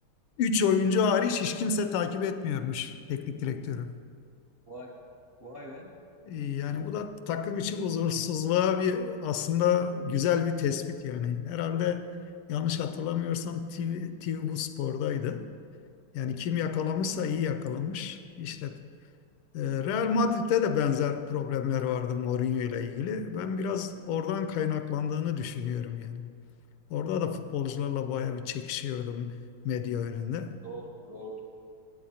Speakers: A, on the left; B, on the right.
A: Üç oyuncu hariç hiç kimse takip etmiyormuş teknik direktörü.
B: Vay. Vay be.
A: Ee, Yani bu da takım için huzursuzluğa bir aslında güzel bir tespit yani. Herhalde yanlış hatırlamıyorsam TV, TV bu spordaydı. Yani kim yakalamışsa iyi yakalamış. İşte e, Real Madrid'de de benzer problemler vardı Mourinho ile ilgili. Ben biraz oradan kaynaklandığını düşünüyorum yani. Orada da futbolcularla bayağı bir çekişiyordum medya önünde.
B: Doğru, doğru.